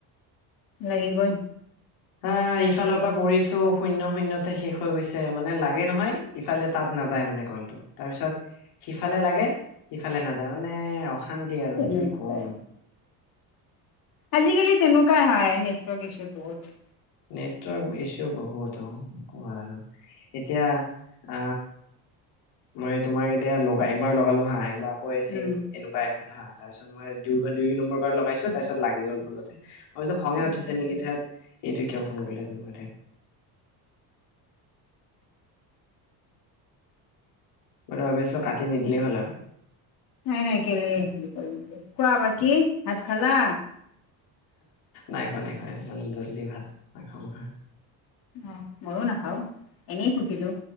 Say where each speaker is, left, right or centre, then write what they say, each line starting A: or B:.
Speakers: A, on the left; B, on the left.
A: লাগিব নি।
B: আ ইফালৰ পৰা কৰিছোঁ, শূন্য শূণ্যতে শেষ হৈ গৈছে, মানে লাগে নহয়। ইফালে তাত নাযায় মানে কলটো, তাৰপিছত সিফালে লাগে ইফালে নাযায় মানে। অশান্তি আৰু
A: তেনেকুৱাই
B: কি ক'ম।
A: আজিকালি তেনেকুৱাই হয় নেটৱাৰ্ক ইছু বহুত।
B: নেটৱাৰ্ক ইছু বহুত অহ নকবা আৰু। এতিয়া আ মই তোমাক এতিয়া লগা একবাৰ লগালো হা একবাৰ। কৈ আছে
A: উম
B: এনেকুৱাই হ'ল হা, তাৰপিছত মই দুই দুই নম্বৰবাৰ লগাইছো তাৰপিছত লাগি গ'ল ভুলতে। ভাৱিছো খঙে
A: আচ্ছা
B: উঠিছে
A: আচ্ছা,
B: নেকি ধেৎ, এইটো কিয় ফোন কৰিলে সেনেকুৱা টাইপ। মইটো ভাবি আছিলোঁ কাটি নিদিলেই হ'ল আৰু।
A: নাই নাই কেলে হেৰি কৰিম, কোৱা বাকী ভাত খালা?
B: নাই খোৱা, নাই খোৱা ইমান জল্দি ভাত নাখাওঁ নহয়।
A: অ' মইয়ো নাখাওঁ এনেই সুধিলো।